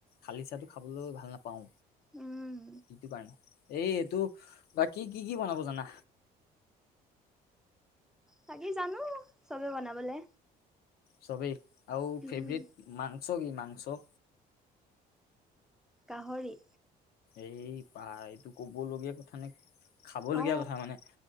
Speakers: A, on the left; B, in the centre.
A: শালি চাহটো খাবলৈ ভাল নাপাওঁ,
B: উম
A: ইটো কাৰণে। এই এইটো বা কি কি কি বনাব জানা?
B: তাকি জানো চবে বনাবলে।
A: চবেই আৰু
B: উম
A: ফেভৰেট মংস কি মংস?
B: গাহৰি।
A: এই পা এইটো ক'বলগীয়া কথা নে খাবলগীয়া
B: অ
A: কথা মানে